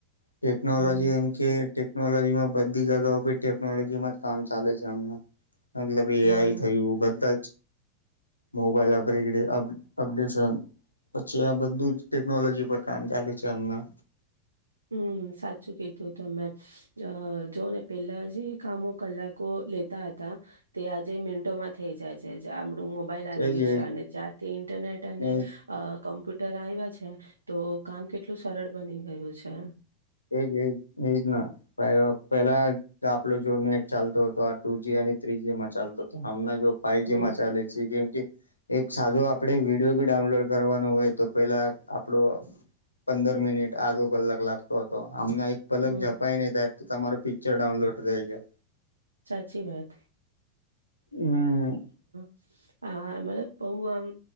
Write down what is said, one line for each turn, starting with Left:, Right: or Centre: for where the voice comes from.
Left: ટેકનોલોજી
Right: હમ્મ.
Left: એમ કે ટેકનોલોજીમાં બધી જગાઓ ભી ટેકનોલોજીમાં જ કામ ચાલે છે, અમને મતલબ એ
Right: હા.
Left: આઈ થયું બધા જ મોબાઈલ અબ્રગેડે અપડેશન પછી આ બધું જ ટેકનોલોજી પર કામ ચાલે છે હમના
Right: હમ્મ સાચું કીધું તમે અ જો ને પેલા જે કામો કલાકો લેતા હતા તે આજે મિનટો મા થઈ જાય છે, આપડુ મોબાઈલ આવી
Left: એ
Right: ગયું
Left: જ
Right: છે અને ત્યારથી ઇન્ટરનેટ અને
Left: એ
Right: અ કમ્પ્યુટર આવ્યા છે, તો કામ કેટલું સરળ બની ગયું છે.
Left: એજ એજ એજ ના પેલા આપલો જો નેટ ચાલતો હતો આ ટુ જી આ અને થ્રી જી મા ચાલતો હમના જો ફઇવ
Right: હમ્મ
Left: જી મચાલે છે, કેમ એક સાધો આપ આપણે વિડીયો બી ડાઉનલોડ કરવાનો હોય તો પેલા આપડો પંદર મિનિટ આગો કલાક લાગ તો હતો આમને એક પલક
Right: હમ્મ
Left: જપાય ને તાય તો તમારો પિક્ચર ડાઉનલોડ થઈ જાય
Right: સાચી વાત
Left: હમ.
Right: હ મતલબ બહુ આમ